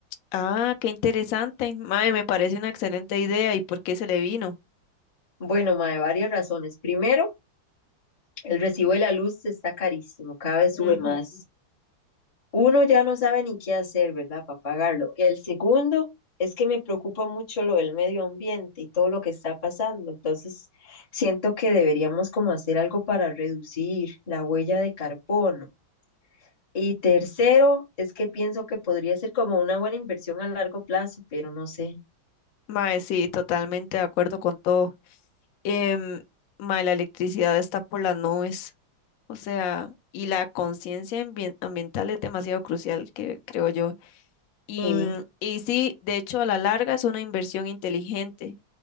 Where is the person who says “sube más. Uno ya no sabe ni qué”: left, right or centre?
Left